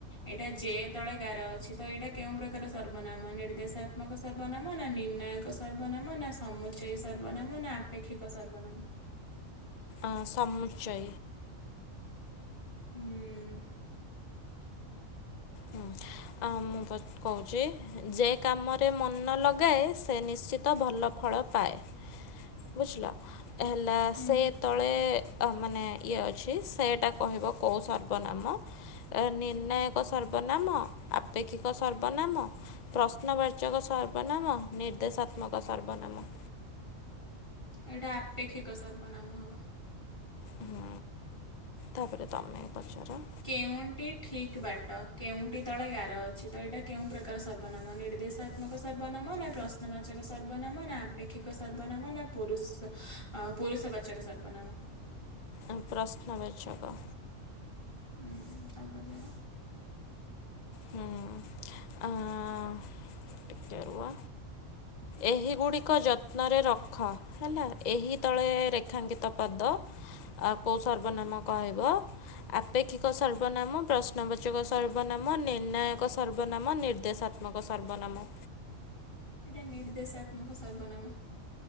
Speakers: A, on the left; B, on the left.
A: ଏଇଟା ଯେ ତଳେ ଗାର ଅଛି। ତ ଏଇଟା କେଉଁ ପ୍ରକାର ସର୍ବନାମ ନିର୍ଦ୍ଦେଶାତ୍ମକ ସର୍ବନାମ ନା ନିର୍ଣ୍ଣୟକ ସର୍ବନାମ ନା ସମୁଚୟୀ ସର୍ବନାମ ନା ଆପେକ୍ଷିକ ସର୍ବନାମ?
B: ଅଁ ସମୁଚୟୀ।
A: ହୁଁ।
B: ହୁଁ ଆ ମୁଁ ପ କହୁଛି। ହେଁ ଯେ କାମରେ ମନ ଲଗାଏ ସେ ନିଶ୍ଚିତ ଭଲ ଫଳ ପାଏ। ବୁଝିଲ ହେଲା
A: ହୁଁ
B: ସେ ତଳେ ଅ ମାନେ ଇଏ ଅଛି ସେଇଟା କହିବ କୋଉ ସର୍ବନାମ ଏ ନିର୍ଣ୍ଣାୟକ ସର୍ ବନାମ ଆପେକ୍ଷିକ ସର୍ବନାମ ପ୍ରଶ୍ନବାଚକ, ସର୍ବନାମ ନିର୍ଦ୍ଦେଶାତ୍ମକ ସର୍ବନାମ।
A: ଏଇ୍ଟା ଆପେକ୍ଷିକ ସର୍ବନାମ ହବ‌।
B: ହୁଁ ତାପରେ ତମେ ପଚାର।
A: କେଉଁଠି ଠିକ ବାଟ କେଉଁଠି ତଳେ ଗାର ଅଛି ତ ଏଇଟା କେଉଁ ପ୍ରକାର ସର୍ବନାମ ନିର୍ଦ୍ଦେଶା ତ୍ମକ ସର୍ବନାମ ନା ପ୍ରଶ୍ନବାଚକ ସର୍ବନାମ ନା ଆପେକ୍ଷିକ ସର୍ବନାମ ନା ପୁରୁଷ ଅଁ ପୁରୁଷ ବାଚକ ସର୍ବନାମ।
B: ଅଁ ପ୍ରଶ୍ନ ବାଚକ।
A: ହୁଁ ତମେ ପଚାର।
B: ହୁଁ ଆଁ ଟିକେ ରୁହ। ଏହିଗୁଡ଼ିକ ଯତ୍ନରେ ରଖ‌। ହେଲା ଏହି ତଳେ ରେଖାଙ୍କିତ ପଦ ଆଉ କୋଉ ସର୍ବନାମ କହିବ। ଆପେକ୍ଷିକ ସର୍ବନାମ, ପ୍ରଶ୍ନବାଚକ ସର୍ବନାମ ମ ନିର୍ଣ୍ଣାୟକ ସର୍ବନାମ ନିର୍ଦ୍ଦେଶାତ୍ମକ ସର୍ବନାମ।
A: ସେଇଟା ନିର୍ଦ୍ଦେଶାତ୍ମକ ସର୍ବନାମ।